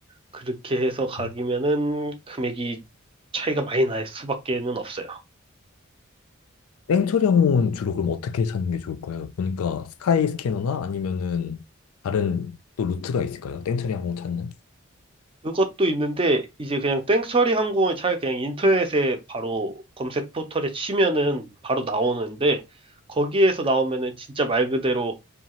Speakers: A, on the right; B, on the left.
A: 그렇게 해서 가기면은
B: 음.
A: 금액이 차이가 많이 날 수밖에는 없어요.
B: 땡처리 항공은 주로 그럼 어떻게 찾는 게 좋을까요? 보니까 스카이 스캐너나 아니면은 다른 또 루트가 있을까요? 땡처리 항공 찾는?
A: 그것도 있는데 이제 그냥 땡처리 항공을 차라리 그냥 인터넷에 바로 검색 포털에 치면은 바로 나오는데 거기에서 나오면은 진짜 말 그대로